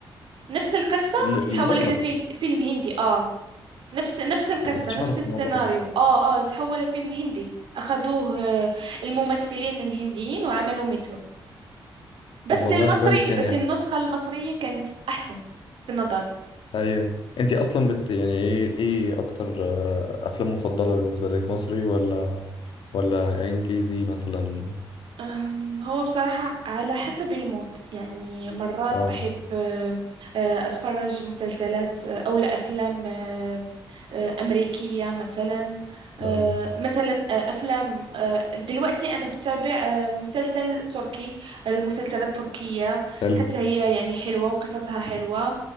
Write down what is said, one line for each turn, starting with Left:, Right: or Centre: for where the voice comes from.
Right: نفس القصة
Left: لا لا
Right: اتحولت
Left: والله
Right: لفيلم فيلم هندي اه نفس نفس القصة
Left: ما كنتش
Right: نفس
Left: اعرف
Right: السيناريو
Left: الموضوع ده
Right: اه اه اتحول لفيلم هندي أخدوه آه، الممثلين الهنديين وعملوا مثله بس
Left: طب والله
Right: المصري
Left: كويس يعني
Right: بس النسخة المصرية كانت أحسن في نظري
Left: ايوه انت اصلا بت يعني ايه ايه اكتر آه، افلام مفضله بالنسبه لك مصري ولا ولا انجليزي مثلا
Right: أم، هو بصراحة على حسب المود يعني مرات
Left: اه
Right: بحب آه، آه، أتفرج مسلسلات آه، أو لا أفلام آه، آه، أمريكية مثلا آه،
Left: اه
Right: مثلا آه، أفلام آه، دلوقتي أنا بتابع آه، مسلسل تركي المسلسلات التركية
Left: حلو
Right: حتى هي يعني حلوة وقصصها حلوة